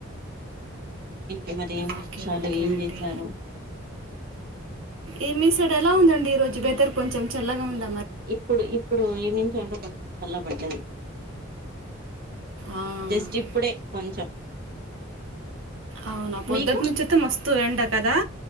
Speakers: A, on the right; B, on the right.
A: ఏంటి మరి ఏం విశేషాలు
B: ఓకే ఓకే
A: ఏం
B: అండి
A: చేశారు.
B: ఈ మీ సైడ్ ఎలా ఉందండి ఈ రోజు వెదర్ కొంచెం చల్లగా ఉంద.
A: ఇప్పుడు ఇప్పుడు ఈవినింగ్ టైంలో కొంచెం చల్లబడ్డది.
B: ఆ,
A: జస్ట్ ఇప్పుడే కొంచెం.
B: అవునా పొద్దుటి
A: మీకు
B: నుంచియితే మస్తు ఎండ కదా.